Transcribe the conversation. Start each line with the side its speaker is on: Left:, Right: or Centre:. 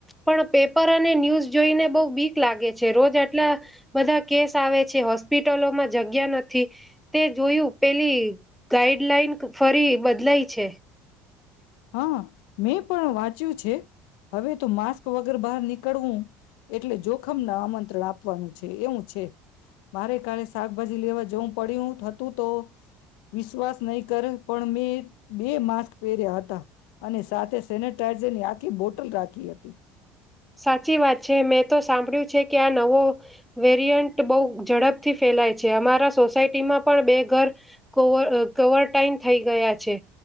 Centre: પણ પેપર ન્યૂઝ જોઈને બહુ બીક લાગે છે રોજ આટલા બધા કેસ આવે છે હોસ્પિટલોમાં જગ્યા નથી તે જોયું પેલી ગાઈડ હેડલાઇન ફરી બદલાય છે.
Left: હા મેં પણ વાંચ્યું છે હવે તો માસ્ક વગર બહાર નીકળવું એટલે જોખમને આમંત્રણ આપવાનું છે. એવું છે, મારે કાલે શાકભાજી લેવા જવું પડ્યું હતું, તો વિશ્વાસ નહીં કરે, પણ મેં. બે માસ્ક પહેર્યા હત અને સાથે, સેનેટાાઈઝરની આખી બોટલ રાખી હતી.
Centre: સાચી વાત છે. મેં તો સાંભળ્યું છે કે આ નવો વેરિયન્ટ બહુ ઝડપથી ફેલાય છે. અમારા સોસાયટીમાં પણ બે ઘર કોવ કોવરટાાઈન થઈ ગયા છે.